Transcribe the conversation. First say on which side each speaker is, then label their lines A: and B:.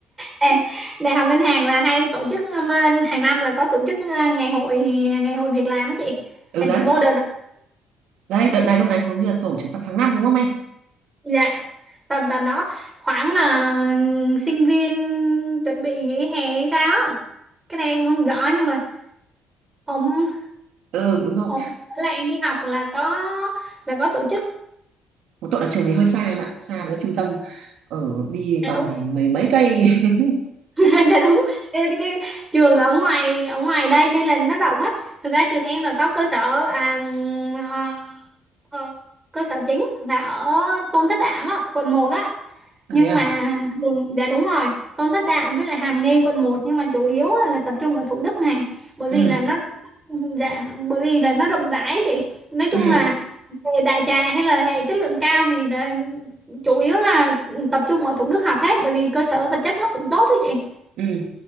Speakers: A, on the right; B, on the right.
A: đại, đại học ngân hàng là hay tổ chức um, hàng năm là có tổ chức uh, ngày hội ngày hội việc làm á chị
B: ừ
A: là
B: đấy
A: chị vô đợt
B: đấy đợt này lúc này hầu như là tổ chức vào tháng 5 đúng không em
A: dạ tầm tầm đó khoảng mà sinh viên chuẩn bị nghỉ hè hay sao á. cái này em không rõ nhưng mà hôm
B: ừ đúng rồi
A: hôm bữa là em đi học là có là có tổ chức
B: một tội là trường này hơi xa em ạ xa với trung tâm ở đi
A: dạ
B: toàn
A: đúng
B: phải mấy mấy cây <laughs>
A: <laughs> dạ đúng Ê, cái, trường ở ngoài ở ngoài đây đây là nó rộng á thực ra trường em là có cơ sở à, ờ, ờ, cơ sở chính là ở Tôn Thất Đạm á quận một á
B: À,
A: nhưng
B: thế à
A: mà Hường- dạ đúng rồi Tôn Thất Đạm với lại Hàm Nghi quận một nhưng mà chủ yếu á là tập trung ở Thủ Đức này bởi vì
B: ừ
A: là nó dạ bởi vì là nó rộng rãi chị nói chung
B: ừ
A: là hệ đại trà hay là hệ chất lượng cao thì là chủ yếu là tập trung ở Thủ Đức học hết bởi vì cơ sở vật chất nó cũng tốt đó chị
B: ừ